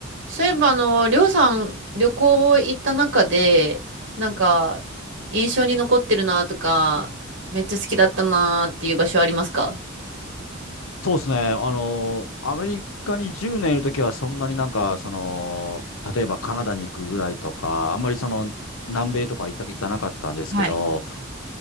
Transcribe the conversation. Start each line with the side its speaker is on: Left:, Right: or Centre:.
Right: そういえば、あの、りょうさん、旅行行った中で、なんか、印象に残ってるなとか、めっちゃ好きだったなっていう場所ありますか
Left: そうですね。あの、アメリカに10年いるときは、そんなになんか、その、例えばカナダに行くぐらいとか、あんまりその、南米とか行った、行かなかったんですけど、
Right: はい。